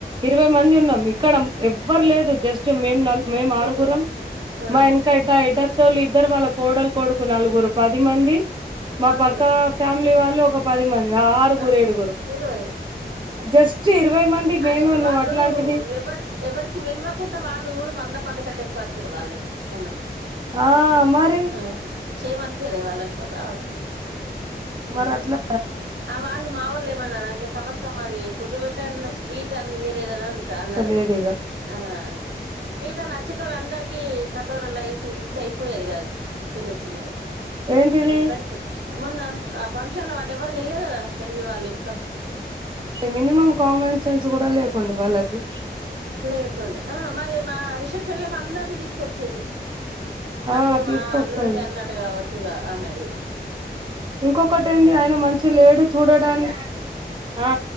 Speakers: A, on the right (about 25°); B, on the right (about 85°).
A: ఇరవై మంది ఉన్నాం ఇక్కడ ఎవ్వరు లేదు జస్ట్ మేం ఆరుగురం
B: ముగ్గు ఆ
A: మా ఎన్ కయ్యితే ఐదు అత్తోళ్లు ఇద్దరు వాళ్ళు కోడలు కొడుకు నలుగురు పది మంది. మా
B: అవును
A: పక్కా ఫ్యామిలీ వాళ్ళు ఒక పది మంది ఆరుగురు
B: ఆ
A: ఏడుగురు
B: ఇరవై
A: జస్ట్ ఇరవై మంది మేమే
B: అదే
A: ఉన్నాం
B: వాళ్ళు
A: అట్లాంటిది
B: ఎవ్వరికి ఎవరికి పిలువాకుంటే వాళ్ళు జూడు మంద పంద కంటే ఎక్కువచ్చిరు వాళ్లయితే మొన్న.
A: ఆ మరి
B: అ షేమ్ అనిపియలే వాళ్ళకు మరి రావడానికి
A: మరి
B: మ్
A: అట్లా
B: ఆ వాళ్ళు మా వోళ్ళు ఏమన్నారంటే సమస్తం మరి ఫుడ్డు పెట్టిన్నా స్వీట్ అన్న ఇయ్వలేదన్న తాన్నరు
A: లేదు ఇక
B: ఆ స్వీట్ అన్న నచ్చినోళ్ళందరికి కటోరలో వేసి ఇస్తే అయిపోయది గా చిన్న చిన్నగా
A: ఏంటిది
B: ఎవ్వరికి మొన్న ఆ ఫంక్షన్ ల వాళ్ళేవరూ తినలే గదా పెళ్ళి వాళ్ళింట్లో
A: మినిమం కామెన్సెన్స్ గూడ లేకుండే వాళ్ళకు
B: లేకుండె. ఆ మరి మా రిసెప్షన్ లో అందరిని తీసుకొచ్చింది.
A: ఆ
B: అంటే ఇగ
A: తీసుకొస్తది
B: మా అల్లుడిది అన్నట్టు కావచ్చు ఇగ ఆమెదిగ
A: ఇంకొకటి ఏంది ఆయన మంచి లేడు చూడడానికి ఆ